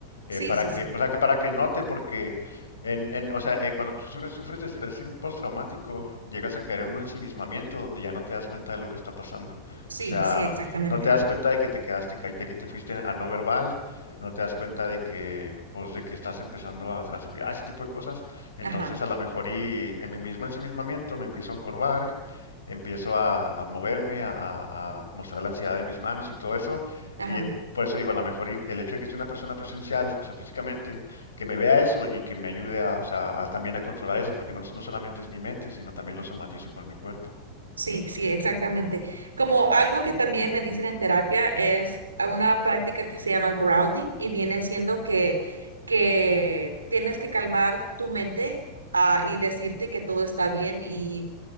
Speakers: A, on the left; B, on the right.
A: eh,
B: Sí,
A: para
B: sí, sí,
A: que, o sea, que- para que note, porque en, en- o sea, eh, cuando tú sufres, sufres de estrés postraumático, llegas a caer en un ensimismamiento donde ya no te das cuenta de lo que está pasando.
B: sí,
A: O sea,
B: sí, exactamente.
A: no te das cuenta de que te quedaste, ca- de que te fuiste a no verbal, no te das cuenta de que, pues, de que estás empezando a transpirar, ese tipo de cosas. Entonces,
B: Ajá,
A: a lo mejor y en mi mismo ensimismamiento me empiezo a encorvar, empiezo a, a moverme, a, a- mostrar la ansiedad de mis manos y todo eso.
B: ajá.
A: Y eh, por eso digo, a lo mejor y- el hecho de que esté una persona presencial, o sea, físicamente, que me vea eso y que me ayude a, o sea, a también a controlar eso, porque no, no solamente es mi mente, sino también lo somatizo con mi cuerpo.
B: Sí, sí, exactamente. Como algo que también me dicen en terapia es a una práctica que se llama grounding y viene siendo que, que tienes que calmar tu mente ah, y decirte que todo está bien y